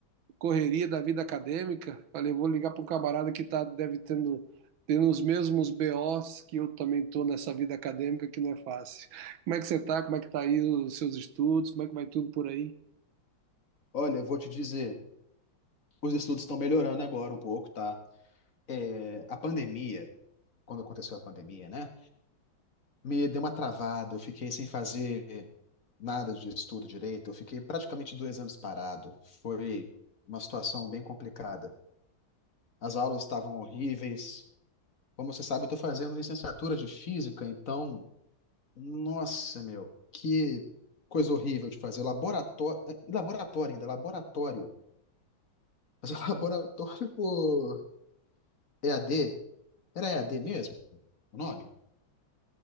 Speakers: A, on the right; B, on the left.
A: correria da vida acadêmica. Falei, vou ligar para um camarada que tá, deve tendo, tendo os mesmos BOs que eu também tô nessa vida acadêmica que não é fácil. Como é que você tá? Como é que tá aí os seus estudos? Como é que vai tudo por aí?
B: Olha, eu vou te dizer, os estudos estão melhorando agora um pouco, tá? É, a pandemia, quando aconteceu a pandemia, né? Me deu uma travada, eu fiquei sem fazer nada de estudo direito, eu fiquei praticamente dois anos parado. Foi uma situação bem complicada. As aulas estavam horríveis. Como você sabe, eu estou fazendo licenciatura de física, então, nossa, meu, que coisa horrível de fazer. Laboratório, eh, laboratório ainda, laboratório. Mas o <laughs> laboratório por EAD, era EAD mesmo o nome?